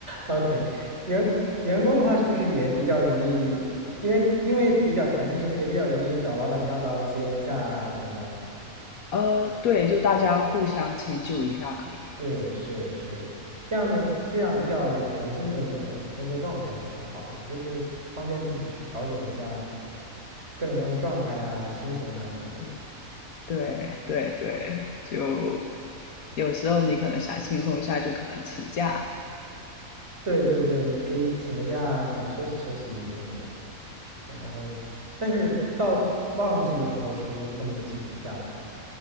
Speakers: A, on the right; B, on the left.
A: OK，员员工的话是不是也比较容易？因为因为比较弹性，是不是也比较容易找老板要到一些假啊什么的？
B: <laughs> 呃，对，就大家互相迁就一下可以。
A: 是是是，这样的这样比较有弹性的这种工作状态是很好的，就是方便自己去调整一下各种各样的状态啊、心情啊什么的。
B: 嗯对对对，就有时候你可能想轻松一下，就可能请假，
A: 对对对，你可以请个假，什么休息休息什么的。然后，但是到旺季的时候，是不是就根本就请不出假来了？